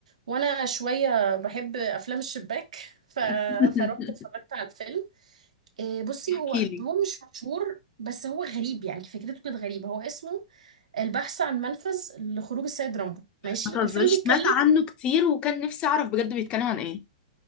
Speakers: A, on the right (about 85°); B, on the left (about 30°).
A: وانا شويه بحب افلام الشباك ف...
B: <laughs>
A: فروحت اتفرجت على الفيلم إيه، بصي
B: احكيلي
A: هو هو مش مشهور بس هو غريب يعني فكرته كانت غريبه هو اسمه البحث عن منفذ لخروج السيد رامبو ماشي
B: ما تهزريش
A: الفيلم بيتكلم
B: سمعت عنه كتير وكان نفسي أعرف بجد بيتكلم عن إيه